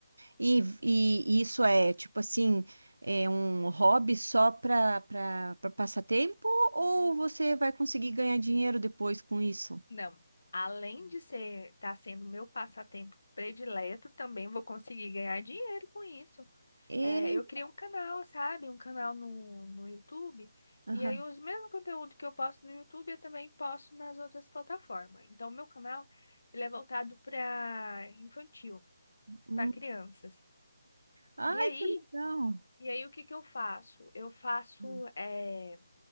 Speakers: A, on the right (about 85°); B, on the left (about 65°).
A: E, e isso é tipo assim, é um hobby só para para passar tempo ou você vai conseguir ganhar dinheiro depois com isso?
B: Não, além de ser estar sendo meu passatempo predileto, também vou conseguir ganhar dinheiro com isso.
A: E,
B: É, eu criei um canal, sabe? Um canal no, no YouTube.
A: aham.
B: E aí, os mesmos conteúdos que eu posto no YouTube, eu também posto nas outras plataformas. Então, meu canal, ele é voltado para infantil,
A: Hum.
B: para crianças.
A: Ai,
B: E aí,
A: que legal.
B: e aí, o que que eu faço? Eu faço,
A: Hum.
B: é,